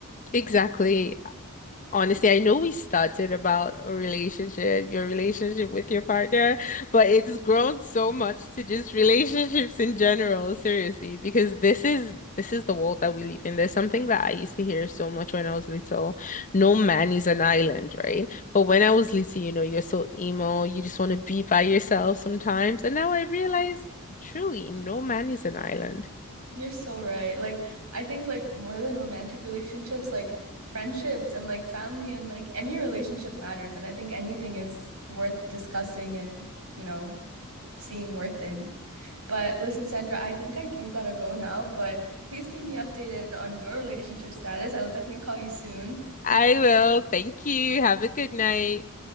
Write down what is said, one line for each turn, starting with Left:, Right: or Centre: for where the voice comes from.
Left: Exactly. Honestly, I know we started about a relationship, your relationship with your partner, but it's grown so much to just relationships in general, seriously, because this is this is the world that we live in. There's something that I used to hear so much when I was little. No man is an island, right? But when I was little, you know, you're so emo, you just want to be by yourself sometimes. And now I realize truly, no man is an island.
Right: You're so right. Like I think like more than romantic relationships, like friendships and like family and like any relationship matters. And I think anything is worth discussing and, you know, seeing worth in. But listen, Sandra, I think I do gotta go now, but please keep me updated on your relationship status. I will definitely call you soon.
Left: I will. Thank you. Have a good night.